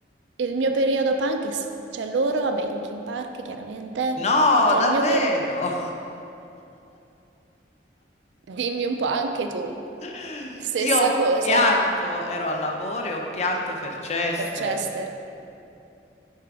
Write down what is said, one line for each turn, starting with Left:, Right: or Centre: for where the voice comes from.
Right: Il mio periodo punk, è s- cioè loro, vabbè, Linkin Park chiaramente,
Left: no,
Right: cioè
Left: davvero.
Right: il mio periodo... Dimmi un po' anche tu,
Left: <laughs>
Right: stessa
Left: Io ho
Right: cosa
Left: pianto, ero al lavoro e ho pianto per Chester.
Right: per Chester.